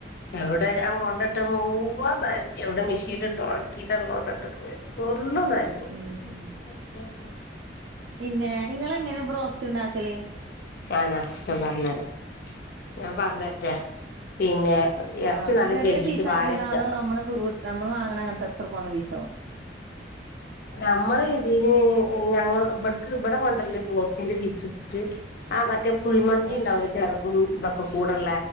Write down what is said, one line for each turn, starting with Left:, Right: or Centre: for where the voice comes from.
Left: എവിടെ ഞാൻ കൊണ്ടിട്ട മുഴുവൻ നന ഞ്ഞു. എവിടെ മിഷീനിലിട്ട് ഉണക്കിട്ടാണ് കൊണ്ടോ ട്ടക്കണേ. ഫുള്ളും നനഞ്ഞു <unintelligible>
Right: ഉം പിന്നെ ഇങ്ങള് എങ്ങനെ ബ്രോസ്റ്റ് ഉണ്ടാക്കല്?
Left: ഞാനാ? ഞാൻ പറഞ്ഞരാ, ഞാൻ പറഞ്ഞെര്റ്റെ? പിന്നെ ഇറച്ചി
Right: ആ,
Left: നല്ല
Right: ചെറിയ
Left: കഴുകീട്ട്
Right: പീസ
Left: വാരക്ക
Right: ആക്കിണോ? അതോ നമ്മള് വി നമ്മള് വാങ്ങണ അങ്ങനത്തെ അത്ര പോന്ന പീസോ? <inaudible>
Left: ഞമ്മൾ ഇതിന് ഞങ്ങൾ ഇ ബട്ക് ഇവിടെ കൊണ്ടരല് ബ്രോ സ്റ്റിന്റെ ഫീസെ ച്ചിട്ട് അ മറ്റേ കുഴിമന്തി
Right: ആഹ്
Left: ണ്ടാവില്ലേ? ചെറകും ഇതൊക്കെ കൂടെള്ള